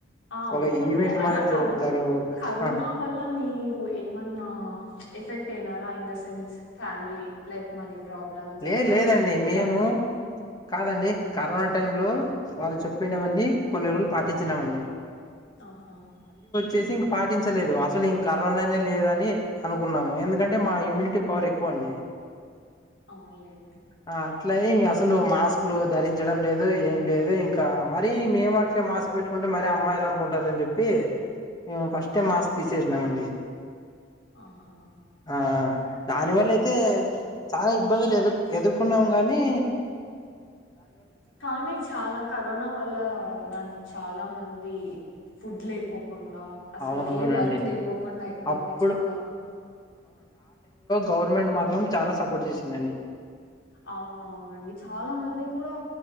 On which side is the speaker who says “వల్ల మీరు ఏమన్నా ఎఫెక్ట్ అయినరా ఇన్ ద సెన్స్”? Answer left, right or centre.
Left